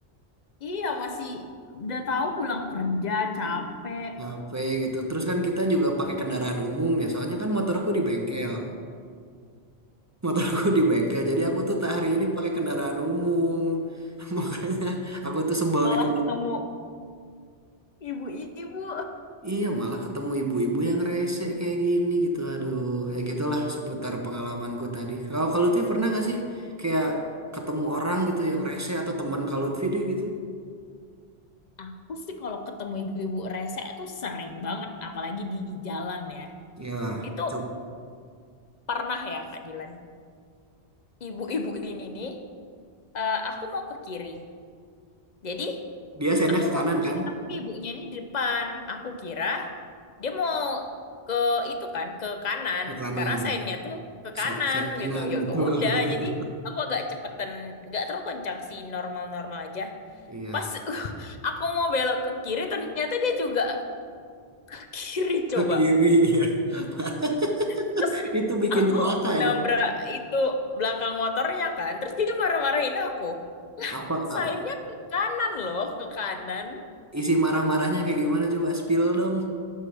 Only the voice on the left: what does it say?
Iya, masih udah tahu pulang kerja capek.
malah
ketemu Ibu-ibu.
aku sih kalau ketemu ibu-ibu rese tuh sering banget apalagi di jalan ya
itu
pernah ya Kak Dilan ibu-ibu ini nih eh, aku mau ke kiri jadi
aku
mau
ke kiri
tapi ibunya ini di depan aku kira dia mau ke itu kan ke kanan
karena sainnya tuh ke kanan
gitu ya
udah
jadi aku agak cepetan nggak terlalu kencang sih normal-normal aja
Pas <laughs> aku mau belok ke kiri, ternyata dia juga ke kiri coba.
Terus
aku
nabrak
itu belakang motornya kan. Terus dia marah-marahin aku.
Sainnya
ke kanan loh, ke kanan.